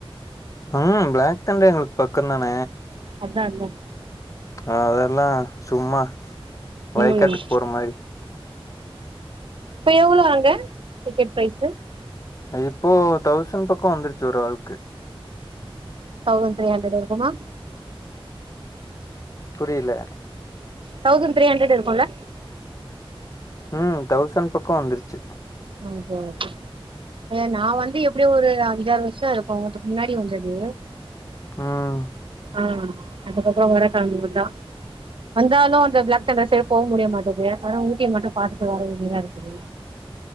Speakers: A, on the left (about 35°); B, on the right (about 60°).
A: ம் பிளாக் தெண்டர் எங்களுக்கு பக்கோதான
B: அதா அதா
A: அதெல்லா சும்மா வயக்காட்டுக்கு
B: ம்
A: போற மாரி
B: இப்போ எவ்ளோ அங்க டிக்கெட் ப்ரைஸு
A: இப்போ தௌசண்ட் பக்கோ வந்துருச்சு ஒரு ஆளுக்கு
B: தௌசண்ட் த்ரீ ஹண்ட்ரட் இருக்குமா
A: புரியல
B: தௌசண்ட் த்ரீ ஹண்றட் இருக்குல்ல
A: ம் தௌசன் பக்கோ வந்துருச்சு
B: ஓகே ஓகே அ நா வந்து எப்படியோ ஒரு ஐஞ்சாறு வருஷோ இருக்கு அதுக்கு முன்னாடி வந்தது
A: ம்
B: ஆ அதுக்கப்புறோ வரக்கனுமுத்தா வந்தாலு அந்த பிளாக் தெண்ட்டர்ஷே போக முடிய மாட்டது அதா ஊட்டியை மட்டு பாத்துட்டு வர வேண்டியதாருக்குது